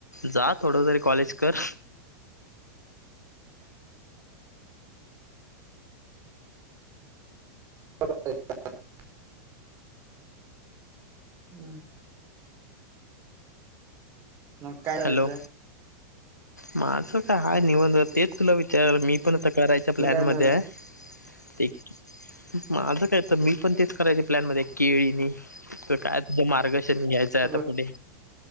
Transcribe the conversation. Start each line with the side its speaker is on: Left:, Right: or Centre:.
Left: जा थोडं तरी कॉलेज कर.
Right: <unintelligible> हू म. मग काय झालं
Left: हॅलो
Right: याचं?
Left: माझं काय हाय निवंत, तेच तुला विचार मी पण थक करायच्या प्लॅनमध्ये
Right: तुझं काय झालं
Left: हाय. ते माझं काय तर? मी पण तेच करायच्या प्लॅनमध्ये हाय. केळीनी कुठ काय? तुंझ मार्गदर्शन घ्यायचंय
Right: भरपूर
Left: आता पुुढे